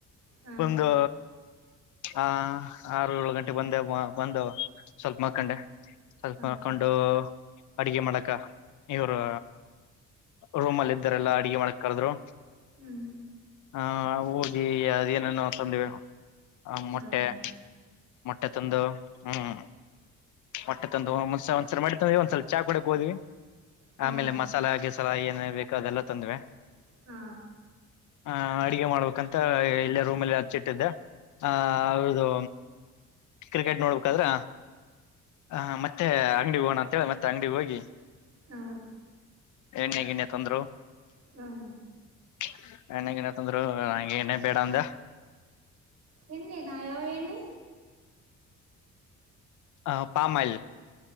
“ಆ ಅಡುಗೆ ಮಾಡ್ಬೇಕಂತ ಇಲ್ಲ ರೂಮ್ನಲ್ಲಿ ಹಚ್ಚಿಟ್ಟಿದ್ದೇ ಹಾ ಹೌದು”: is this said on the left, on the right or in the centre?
Left